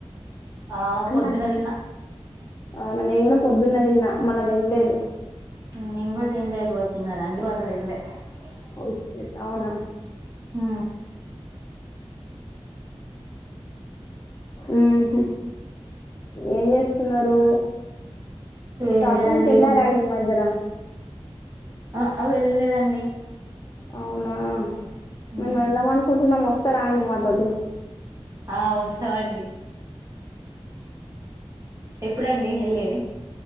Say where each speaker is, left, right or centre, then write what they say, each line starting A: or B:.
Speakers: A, on the right; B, on the left.
A: ఆ
B: అన్నం
A: పొద్దున తిన్నా
B: అవునా నేను కూడా పొద్దున్న దిన్నా మళ్ళా దిన్లేదు
A: నేన్ గుడ దిండ్లేదు <unintelligible>
B: ఓ షట్ అవునా
A: హు
B: ఊ హు ఏం చేస్తున్నారు
A: ఏం
B: షాపింగ్
A: లేదండి
B: కెళ్లారా
A: ఇగ
B: అండి ఈ మధ్యన
A: ఆ అవ్ వెళ్ళలేదండి
B: అవునా
A: ఉమ్
B: మేము వెళ్దాం అనుకుంటున్నాం వస్తారా అండి మాతోటి
A: ఆ వస్తవ అండి ఎప్పుడండి హెళ్ళేది